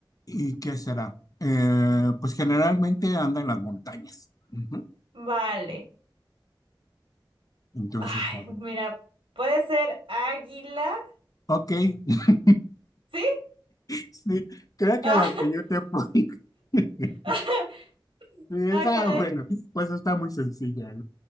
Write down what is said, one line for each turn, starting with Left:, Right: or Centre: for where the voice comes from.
Left: ¿y qué será? Eh, pues generalmente anda en las montañas. Ujú.
Right: Vale.
Left: Entonces,
Right: Ay,
Left: a
Right: mira,
Left: ver.
Right: puede ser águila,
Left: Ok, <laughs>
Right: ¿sí?
Left: sí, creo que
Right: Ah,
Left: lo que yo te pongo. <laughs>
Right: <laughs>
Left: Sí, Esa,
Right: ah, caray.
Left: bueno, pues está muy sencilla, ¿eh?